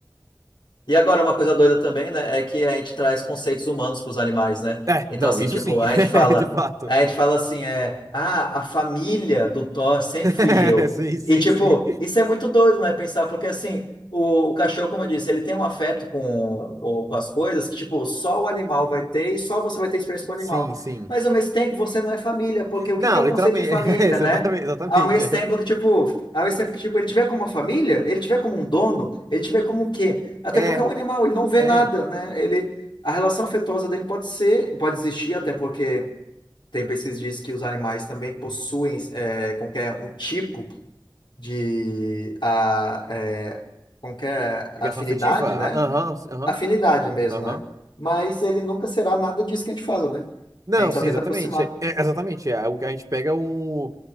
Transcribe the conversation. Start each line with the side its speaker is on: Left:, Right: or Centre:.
Left: E agora, uma coisa doida também, né, é que a gente traz conceitos humanos para os animais, né?
Right: É,
Left: Então,
Right: não,
Left: assim,
Right: isso
Left: tipo,
Right: sim,
Left: a
Right: <laughs>
Left: gente fala,
Right: de fato.
Left: a gente fala assim, é, ah, a família do Thor sempre
Right: <laughs>
Left: fui eu.
Right: Sim, sim,
Left: E, tipo,
Right: sim.
Left: isso é muito doido, né, pensar, porque, assim, o, o cachorro, como eu disse, ele tem um afeto com, com, com as coisas que, tipo, só o animal vai ter e só você vai ter experiência com o
Right: Sim,
Left: animal.
Right: sim.
Left: Mas, ao mesmo tempo, você não é família, porque o
Right: Não,
Left: que que é o
Right: literalmente,
Left: conceito de família,
Right: <laughs> é, exatamente,
Left: né?
Right: exatamente.
Left: Ao mesmo
Right: É,
Left: tempo que, tipo, ao mesmo tempo que, tipo, ele tiver como uma família, ele tiver como um dono, ele tiver como o quê? Até
Right: é.
Left: porque é um animal, ele não vê
Right: é.
Left: nada, né? Ele, a relação afetuosa dele pode ser, pode existir, até porque tem pesquisa que diz que os animais também possuem é, qualquer um tipo de a, é, qualquer
Right: Ligação
Left: afinidade,
Right: afetiva?
Left: né?
Right: Ah, Aham, aham,
Left: Afinidade mesmo,
Right: aham.
Left: né? Mas ele nunca será nada disso que a gente fala, né?
Right: Não,
Left: A gente só
Right: sim,
Left: tenta
Right: exatamente.
Left: aproximar.
Right: É, é- exatamente. É, o a gente pega um.